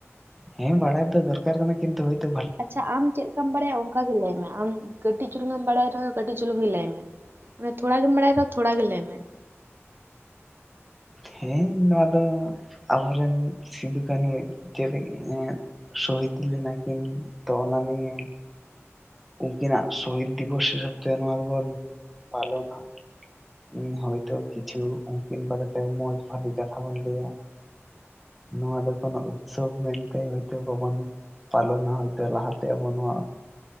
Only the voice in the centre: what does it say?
ᱦᱮᱸ ᱵᱟᱲᱟᱭ ᱛᱚ ᱫᱚᱠᱟᱨ ᱠᱟᱱᱟ ᱠᱤᱱᱛᱩ ᱦᱚᱭᱛᱳ ᱵᱷ
ᱦᱮᱸ ᱱᱚᱣᱟ ᱫᱚ, ᱟᱵᱚᱨᱮᱱ ᱥᱤᱫᱩ ᱠᱟᱹᱱᱩ <unintelligible> ᱥᱚᱦᱤᱫ ᱞᱮᱱᱟᱠᱤᱱ ᱛᱚ ᱚᱱᱟ ᱱᱤᱭᱟᱹ ᱩᱱᱠᱤᱱᱟᱜ ᱥᱚᱦᱤᱛ ᱫᱤᱵᱚᱥ ᱨᱮ ᱛᱮ ᱱᱚᱣᱟ ᱫᱚᱵᱚᱱ ᱯᱟᱞᱚᱱᱟ ᱾ ᱦᱚᱭᱛᱚ ᱠᱤᱪᱷᱩ ᱩᱱᱠᱤᱱ ᱵᱟᱨᱮᱛᱮ ᱢᱚᱸᱡᱽ ᱵᱷᱟᱞᱤ ᱠᱟᱛᱷᱟ ᱵᱚᱱ ᱞᱟᱹᱭᱟ᱾ ᱱᱚᱣᱟ ᱫᱚ ᱠᱚᱱᱚ ᱩᱛᱥᱚᱵ ᱢᱮᱱᱛᱮ ᱦᱳᱭᱛᱳ ᱵᱟᱵᱚᱱ ᱯᱟᱞᱚᱱᱟ ᱦᱚᱭᱛᱳ ᱞᱟᱦᱟ ᱛᱮ ᱟᱵᱚ ᱱᱚᱣᱟ